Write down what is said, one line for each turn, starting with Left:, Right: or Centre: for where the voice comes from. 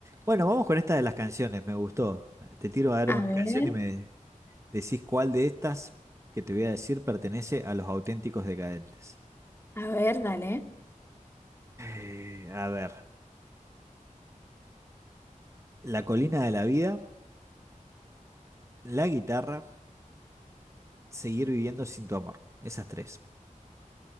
Right: Bueno, vamos con esta de las canciones, me gustó. Te tiro a dar una
Left: A
Right: canción
Left: ver,
Right: y me decís cuál de estas que te voy a decir pertenece a los auténticos decadentes.
Left: a ver, dale.
Right: Eh, a ver, La colina de la vida, La guitarra, Seguir viviendo sin tu amor. Esas tres.